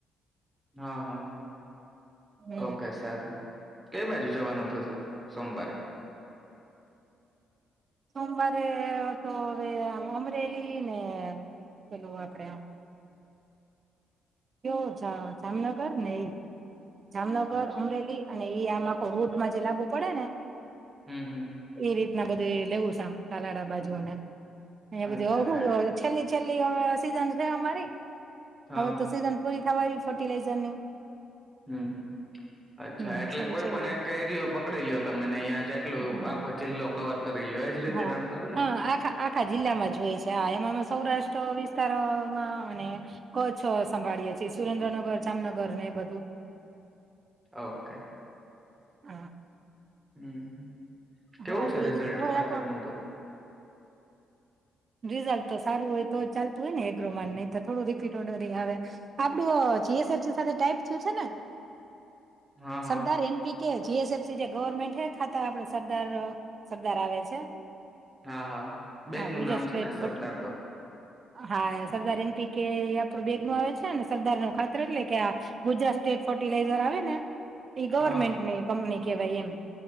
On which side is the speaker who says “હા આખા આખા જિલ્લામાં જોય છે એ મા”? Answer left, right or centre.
Right